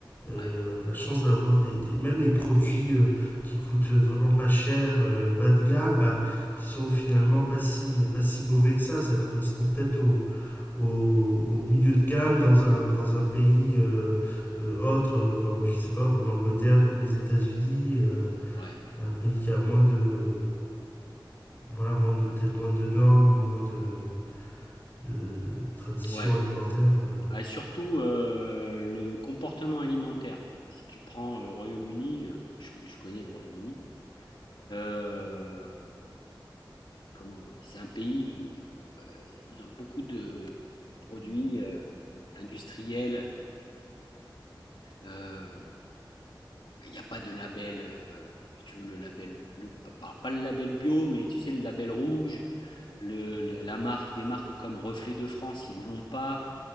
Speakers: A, on the left; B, on the left.
A: euh,
B: Ouais,
A: la chance d'avoir des, des- même les produits euh, qui coûtent vraiment pas cher, euh, bas de gamme, bah, ils sont finalement pas si, pas si mauvais que ça. Ça correspond peut-être au, au, au milieu de gamme dans un, dans un pays euh, euh, autre, euh, comme je sais pas, comme l'Angleterre, comme les États-Unis, euh,
B: ouais,
A: un pays qui a moins de, voilà, moins de, peut-être moins de normes, moins de, de traditions
B: ouais.
A: alimentaires. euh.
B: Ah, Et surtout euh, le comportement alimentaire. Si tu prends le Royaume-Uni, euh, je, je- connais le Royaume-Uni. euh, comment? C'est un pays où euh, ils ont beaucoup de, de produits euh, industriels. euh, il n'y a pas de label, euh, si tu veux le label, le, alors pas le label bio, mais tu sais, le label rouge, le, la marque, des marques comme Reflet de France, ils ne l'ont pas.